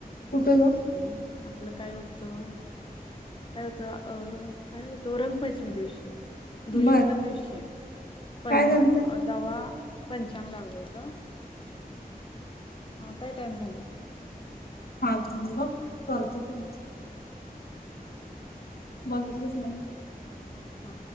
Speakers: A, on the left; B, on the left.
A: कुठं ग?
B: ह्. आपलं काय होतं काय होतं अ काय होतं रंगपंचमी दिवशी धुलवंदन
A: बर
B: दिवशी पण
A: काय झालं तर
B: तवा पंचांग लागलं होतं काय टाईम झाले?
A: हा ल करच तम <unintelligible> बघितलंच नाही.
B: हा.